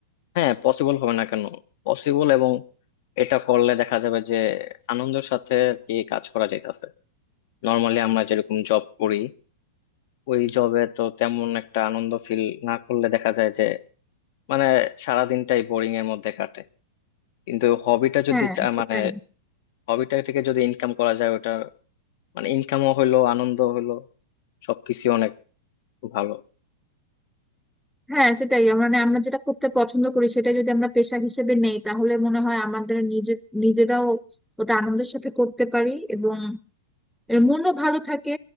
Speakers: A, on the left; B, in the centre.
A: হ্যাঁ পসিবল হবে না কেন পসিবল এবং এটা করলে দেখা যাবে যে আনন্দের সাথে আর কি কাজ করা যাইতেছে নর্মালি আমরা যেরকম জব করি ওই জবে তো তেমন একটা আনন্দ ফিল না করলে দেখা যায় যে মানে সারাদিনটাই বোরিং এর মধ্যে কাটে কিন্তু হবিটা যদি
B: হ্যাঁ
A: চা-
B: সেটাই
A: মানে হবিটা থেকে যদি ইনকাম করা যায় ওটা মানে ইনকামও হইলো আনন্দ হইলো সবকিছু অনেক ভালো
B: হ্যাঁ সেটাই মানে আমরা যেটা করতে পছন্দ করি সেটা যদি আমরা পেশা হিসেবে নেই তাহলে মনে হয় আমাদের নিজে নিজেরাও ওটা আনন্দের সাথে করতে পারি এবং এর মনও ভালো থাকে